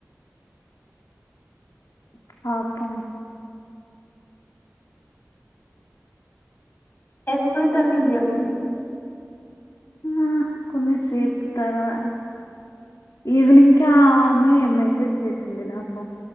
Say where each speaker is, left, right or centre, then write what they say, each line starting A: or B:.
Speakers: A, on the left; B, on the left.
A: పాపం
B: ఎప్పుడు జరిగింది అది
A: ఆ కొన్నిసేపు తర్వా ఈవినింగ్కి ఆ ఆమె మెసేజ్ చేసింది నాకు